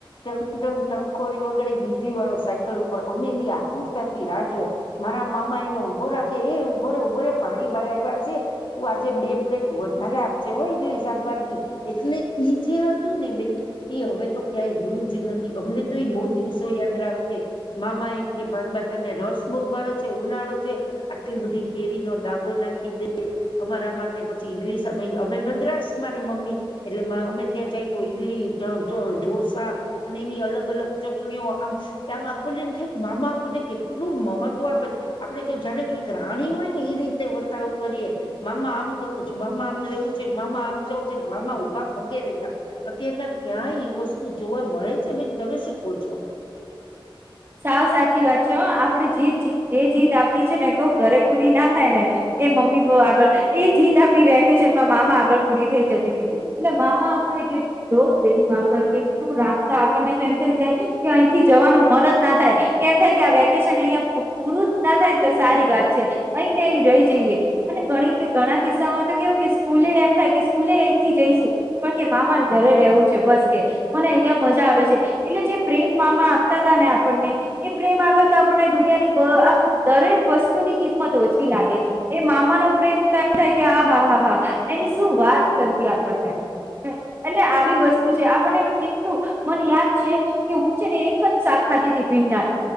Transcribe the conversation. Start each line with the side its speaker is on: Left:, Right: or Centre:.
Left: ત ટંકોરી વગડે નીધી વાળો સાયકલ ઉપર અમે એની આતુરતાથી રાહ જોય મારા મામા એને ઉભો રાખે એ ઉભોરે ઉભોરે ભાડી ભ આવ્યા છે તું આજે બે પ્લેટ અરે આ જે હોય ઇડલી સાંબર એટલે ઈ જે હતું ને બેન એ હવે તો ક્યાંય રહ્યું જ નથી. અમને તો બહ દિવસો યાદ આવે છે મામા એમ કે ભાણી બા તને રસ બહુ ભાવે છે ઉનાળો છે આટલી બધી કેરી નો ડાબો નાખી દે અમારા માટે પછી ઈડલી સા અમે મદ્રાસ મારે મમ્મી એટલે અમે ત્યાં જાય તો ઈડલી ઢોસા અને એની અલગ અલગ ચટણીઓ આમ આમ આપણને એમ થાય મામા આપણને કેટલું મહત્વ આપે આપડે તો જાને કોઈક રાણી હોય ને એ રીતે વર્તાવ કરીએ મામા આમ કરવું છે મામા આમ લેવું છે મામા આમ જવું છે. મામા ઉભા પગે રહેેતા અત્યારના ક્યાંય એ વસ્તુ જોવા મળે. છે બેન તમે શું કહો છો.
Right: સાવ સાચી વાત છે આપણે જે જે જીત આપડી છે ને કહ ઘરે પૂરી ના થાય ને એ મમ્મી આગળ એ જીત આપડી વેકેશનમાં મામા આગળ પૂરી થઈ જતી હતી, એટલે મામા આપને કેટલો પ્રેમ કેટલું રાસ્તા આપણને જેમ થઇ જાય કે અહીંથી જવાનું મન જ ના થાયમ થાય વેકેશન અહિયાયા પૂરું ના થાય તો સારી વાત છે અહી ને અ રહી જઈએ અનેણી ઘણા કિસ્સામાં તો કેવું કે સ્કૂલે એમ થાય કે સ્કૂલે અહીથી જઈશું પણ કે મામા ઘરે રવું છે બસ કે મને અહિયાં મજા આવે છે એટલે જે પ્રેમ મામા આપતા હતા ને પ્રેમ આગળ તો આપણને દુનિયાની આમ દરેક વસ્તુની કિંમત ઓછી લાગે એ મામા નો પ્રેમ તો એમ થાય કે હ હા હા હા એની શું વાત કરવી આપણને એટલે આવી વસ્તુ છે. આપણને તો કેટલું મને યાદ છે કે હું છે ને એક જ ખાતી હતી ભીંડા